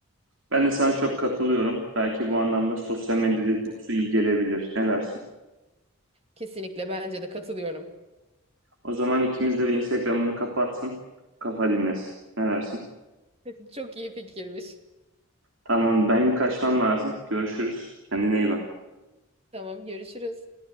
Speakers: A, on the right; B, on the right.
A: Ben de sana çok katılıyorum. Belki bu anlamda sosyal medya detoksu iyi gelebilir. Ne dersin?
B: Kesinlikle bence de katılıyorum.
A: O zaman ikimiz de bir Instagram'ını kapatsın. Kafa dinlesin. Ne dersin?
B: <laughs> Çok iyi fikirmiş.
A: Tamam, benim kaçmam lazım. Görüşürüz. Kendine iyi bak.
B: Tamam, görüşürüz.